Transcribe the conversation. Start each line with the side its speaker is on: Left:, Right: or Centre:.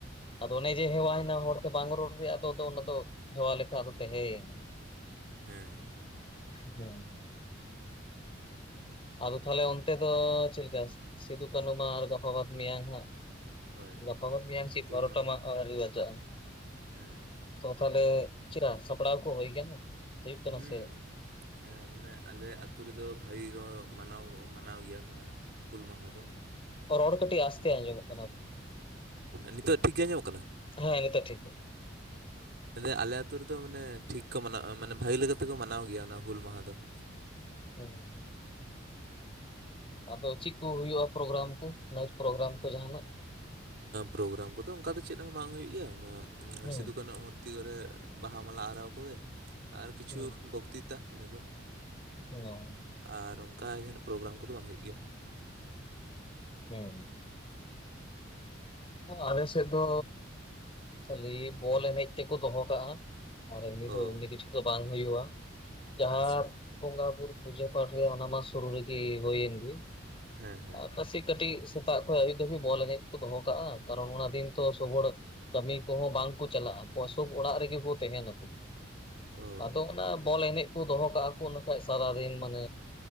Left: ᱟᱫᱚ ᱚᱱᱮ ᱡᱮ ᱦᱮᱣᱟᱭᱮᱱᱟ ᱦᱚᱲ ᱛᱮ ᱵᱟᱝ ᱨᱚᱲ ᱨᱮᱭᱟᱜ ᱟᱫᱚ ᱚᱱᱟ ᱫᱚ ᱦᱮᱣᱟ ᱞᱮᱠᱷᱟᱱ ᱛᱟᱦᱮᱸᱭᱮᱱᱟ ᱾
Right: ᱦᱮᱸ
Left: ᱦᱩᱸ ᱟᱫᱚ ᱛᱟᱦᱚᱞᱮ ᱚᱱᱛᱮ ᱫᱚ ᱪᱮᱫ ᱞᱮᱠᱟ? ᱥᱤᱫᱩ ᱠᱟᱹᱱᱩ ᱢᱟ ᱟᱨ ᱜᱟᱯᱟ ᱵᱟᱫ ᱢᱮᱭᱟᱝ ᱦᱟᱸᱜ ᱾
Right: ᱦᱳᱭ
Left: ᱜᱟᱯᱟ ᱵᱟᱫ ᱢᱮᱭᱟᱝ ᱪᱮ ᱮᱜᱟᱨᱳᱴᱟ
Right: ᱦᱩᱞ ᱢᱟᱦᱟ
Left: ᱢᱟ ᱟᱹᱣᱨᱤ ᱵᱟᱡᱟᱜ-ᱟ ᱾
Right: ᱦᱮᱸ
Left: ᱛᱚ ᱛᱟᱦᱚᱞᱮ ᱪᱮᱫ ᱥᱟᱯᱲᱟᱣ ᱠᱚ ᱦᱩᱭ ᱠᱟᱱᱟ? ᱦᱩᱭᱩᱜ ᱠᱟᱱᱟ
Right: ᱦᱮᱸ
Left: ᱥᱮ
Right: ᱢᱟᱱᱮ ᱟᱞᱮ ᱟᱛᱳ ᱨᱮᱫᱚ ᱵᱷᱟᱜᱤ ᱠᱚ ᱢᱟᱱᱟᱣ ᱢᱟᱱᱟᱣ ᱜᱮᱭᱟ ᱚᱱᱟ ᱦᱩᱞ ᱢᱟᱦᱟ ᱫᱚ ᱾
Left: ᱨᱚᱲ ᱠᱟᱴᱤᱡ ᱟᱥᱛᱮ ᱟᱡᱚᱢᱚᱜ‍
Right: ᱱᱤᱛᱚᱜ ᱴᱷᱤᱠ ᱜᱮ ᱟᱸᱡᱚᱢᱚᱜ ᱠᱟᱱᱟ?
Left: ᱦᱮᱸ ᱱᱤᱛᱚᱜ ᱴᱷᱤᱠ ᱜᱮᱭᱟ
Right: ᱮ ᱟᱞᱮ ᱟᱹᱛᱩ ᱨᱮᱫᱚ ᱢᱟᱱᱮ ᱴᱷᱤᱠ ᱠᱚ ᱢᱟᱱᱟᱣᱟ ᱢᱟᱱᱮ ᱵᱷᱟᱹᱜᱮ ᱞᱮᱠᱟ ᱛᱮᱠᱚ ᱢᱟᱱᱟᱣ ᱜᱮᱭᱟ ᱚᱱᱟ ᱦᱩᱞ ᱢᱟᱦᱟ ᱫᱚ ᱾
Left: ᱦᱮᱸ ᱟᱫᱚ ᱪᱮᱫ ᱠᱚ ᱦᱩᱭᱩᱜᱼᱟ ᱯᱨᱳᱜᱨᱟᱢ ᱠᱚ ᱱᱟᱭᱤᱴ ᱯᱨᱳᱜᱨᱟᱢ ᱠᱚ ᱡᱟᱦᱟᱱᱟᱜ
Right: ᱯᱨᱳᱜᱨᱟᱢ ᱠᱚᱫᱚ ᱚᱱᱠᱟ ᱫᱚ ᱪᱮᱫ ᱦᱚᱸ ᱵᱟᱝ ᱦᱩᱭᱩᱜ ᱜᱮᱭᱟ ᱚᱱᱟ
Left: ᱦᱩᱸ
Right: ᱥᱤᱫᱩ ᱠᱟᱱᱩᱭᱟᱜ ᱢᱚ ᱨᱛᱤ ᱠᱚᱨᱮ ᱵᱟᱦᱟ ᱢᱟᱞᱟ ᱟᱨᱟᱣ ᱠᱚᱜᱮ ᱾ ᱟᱨ ᱠᱤᱪᱷᱩ
Left: ᱦᱩᱸ
Right: ᱵᱚᱠᱛᱤᱛᱟ ᱚᱱᱟᱹ ᱠᱚ ᱾
Left: <unintelligible>
Right: ᱟᱨ ᱚᱱᱠᱟ ᱡᱟᱦᱟᱸᱱᱟᱜ ᱯᱨᱳᱜᱮᱨᱟᱢ ᱠᱚᱫᱚ ᱦᱚᱭ ᱜᱮ
Left: ᱦᱮᱸ, ᱟᱞᱮ ᱥᱮᱫ ᱫᱚ ᱠᱷᱟᱹᱞᱤ ᱵᱚᱞ ᱮᱱᱮᱡ ᱛᱮᱠᱚ ᱫᱚᱦᱚ ᱠᱟᱜᱼᱟ ᱾ ᱟᱨ ᱮᱢᱱᱤ
Right: ᱚ
Left: ᱫᱚ ᱮᱢᱱᱤ ᱠᱤᱪᱷᱩ ᱫᱚ ᱵᱟᱝ ᱦᱩᱭᱩᱜᱼᱟ ᱡᱟᱦᱟᱸ
Right: ᱟᱪᱪᱷᱟ
Left: ᱾ ᱵᱚᱸᱜᱟ ᱵᱩᱨᱩ ᱯᱩᱡᱟᱹ ᱯᱟᱴ ᱨᱮ ᱚᱱᱟ ᱢᱟ ᱥᱩᱨᱩ ᱨᱮᱜᱮ ᱦᱩᱭᱮᱱ ᱜᱮ
Right: ᱦᱮᱸ ᱦᱮᱸ
Left: ᱟᱨ ᱠᱷᱹᱥᱤ ᱠᱟᱹᱴᱤᱡ ᱥᱮᱛᱟᱜ ᱠᱷᱚᱡ ᱟᱹᱭᱩᱵ ᱫᱷᱟᱹᱵᱤᱡ ᱵᱚᱞ ᱮᱱᱮᱡ ᱠᱚ ᱫᱚᱦᱚ ᱠᱟᱜᱼᱟ ᱠᱟᱨᱚᱱ ᱚᱱᱟ ᱫᱤᱱ ᱛᱚ ᱥᱚᱵᱨ ᱠᱟᱹᱢᱤ ᱠᱚᱦᱚᱸ ᱵᱟᱝ ᱠᱚ ᱪᱟᱞᱟᱜᱼᱟ ᱠᱚᱥᱚᱵ ᱚᱲᱟᱜ ᱨᱮᱜᱮ ᱠᱚ ᱛᱟᱦᱮᱱᱟᱠᱚ
Right: ᱚ
Left: ᱟᱫᱚ, ᱚᱱᱟ ᱵᱚᱞ ᱮᱱᱮᱡ ᱠᱚ ᱫᱚᱦᱚ ᱠᱟᱜᱼᱟ ᱠᱚ ᱤᱱᱟᱹ ᱠᱷᱟᱡ ᱥᱟᱨᱟᱫᱤᱱ ᱢᱟᱱᱮ